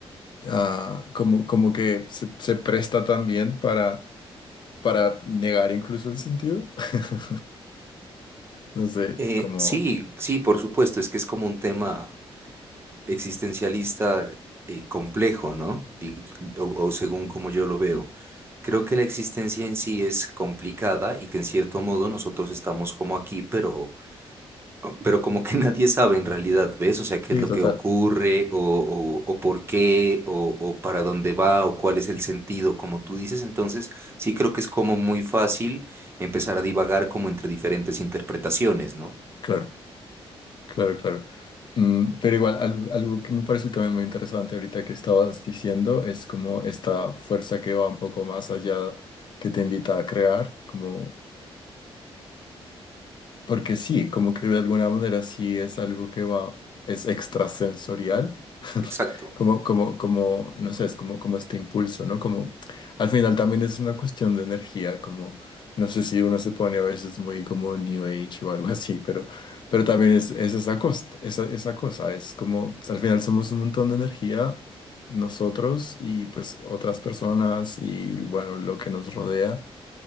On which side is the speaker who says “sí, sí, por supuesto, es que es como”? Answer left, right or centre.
Right